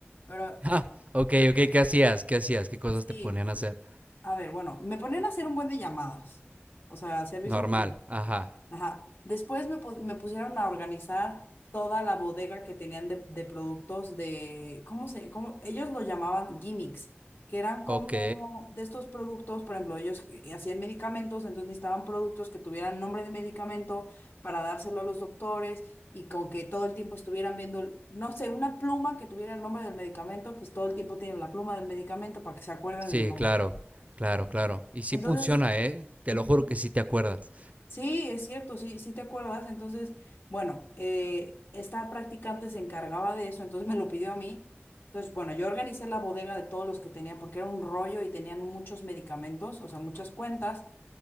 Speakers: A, on the left (about 55°); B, on the right (about 35°).
A: Pero
B: <laughs> Ah, ok,
A: pero
B: ok. ¿Qué hacías? ¿Qué hacías? ¿Qué cosas
A: sí.
B: te ponían a hacer?
A: A ver, bueno, me ponían a hacer un buen de llamadas, o sea, servicio
B: Normal.
A: al cliente.
B: Ajá.
A: Ajá. Después me, pu- me pusieron a organizar toda la bodega que tenían de, de productos de, ¿cómo se, cómo, ellos lo llamaban gimmicks, que eran como
B: Ok.
A: de estos productos, por ejemplo, ellos eh, hacían medicamentos, entonces necesitaban productos que tuvieran nombre de medicamento para dárselo a los doctores y con que todo el tiempo estuvieran viendo, no sé, una pluma que tuviera el nombre del medicamento, pues todo el tiempo tienen la pluma del medicamento para que se acuerden
B: Sí,
A: del nombre.
B: claro. Claro, claro. Y sí
A: Entonces,
B: funciona, ¿eh? Te
A: Ujú.
B: lo juro que sí te acuerdas.
A: Sí, es cierto, sí, sí te acuerdas. Entonces, bueno, eh, esta practicante se encargaba de eso, entonces me lo pidió a mí. Entonces, bueno, yo organicé la bodega de todos los que tenían, porque era un rollo y tenían muchos medicamentos, o sea, muchas cuentas.